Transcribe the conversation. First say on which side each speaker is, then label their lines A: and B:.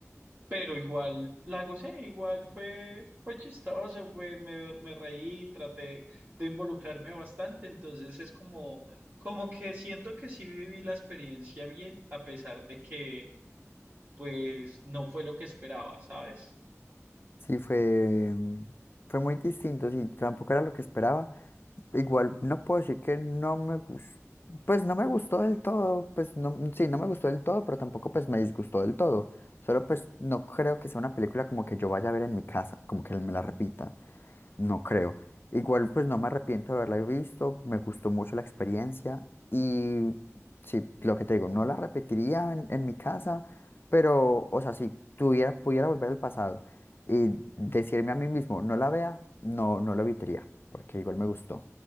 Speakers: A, on the right; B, on the left.
A: Pero igual la gocé, igual fue, fue chistoso, fue, me, me reí, traté de involucrarme bastante, entonces es como, como que siento que sí viví la experiencia bien, a pesar de que pues no fue lo que esperaba, ¿sabes?
B: Sí, fue, fue muy distinto. Sí, tampoco era lo que esperaba. Igual no puedo decir que no me gustó, pues no me gustó del todo, pues no, sí, no me gustó del todo, pero tampoco pues me disgustó del todo. Solo pues no creo que sea una película como que yo vaya a ver en mi casa, como que me la repita, no creo. Igual pues no me arrepiento de haberla visto, me gustó mucho la experiencia y sí, lo que te digo, no la repetiría en, en mi casa, pero o sea, si tuviera, pudiera volver al pasado y decirme a mí mismo, no la vea, no, no lo evitaría, porque igual me gustó.